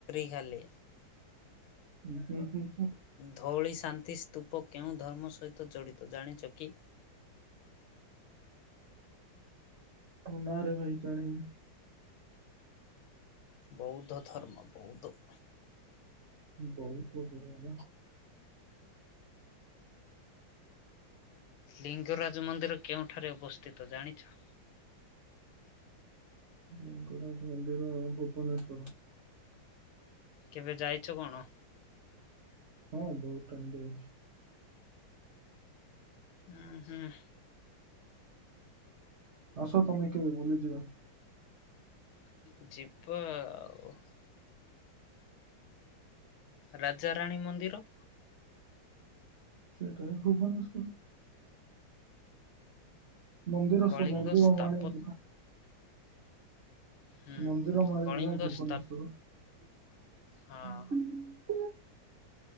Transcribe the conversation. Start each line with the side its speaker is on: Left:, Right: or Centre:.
Left: ଖାଲି।
Right: ଉଁ ହୁଁ ହୁଁ।
Left: ଧଉଳି ସେ ଶାନ୍ତି ସ୍ତୂପ କେଉଁ ଧର୍ମ ସହିତ ଜଡ଼ିତ ଜାଣିଛ କି?
Right: ନାରେ ଭାଇ ଜାଣିନି।
Left: ବୌଦ୍ଧ ଧର୍ମ ବୌଦ୍ଧ। <inaudible>
Right: ବହୁତ ଦୂରରେ
Left: ଲିଙ୍ଗରାଜ ମନ୍ଦିର କେଉଁଠାରେ ଅବସ୍ଥିତ ଜାଣିଛ?
Right: ଲଙ୍ଗରାଜ ମନ୍ଦିର ଭୁବନେଶ୍ଵର।
Left: କେବେ ଯାଇଛ କଣ?
Right: ହଁ ବହୁତ ଟାଇମ ଯାଇଛି।
Left: ହୁଁ ହୁଁ।
Right: ଆସ ତମେ କେବେ ଭୁଲିଯିବା।
Left: <unintelligible> ଯିବ ଆଉ। ରାଜାରାଣୀ ମନ୍ଦିର।
Right: ସେଇଟା ଭୁବନେଶ୍ୱର। ମନ୍ଦିର
Left: କଳିଙ୍ଗ
Right: ସଵୁ।
Left: ସ୍ଥାପତ୍ୟ
Right: <unintelligible>
Left: ହୁଁ
Right: ମନ୍ଦିର ମାଳିନୀ
Left: କଳିଙ୍ଗ
Right: ର ଭୁବନେସ୍ୱର।
Left: ସ୍ଥାପ
Right: <inaudible>
Left: ହଁ।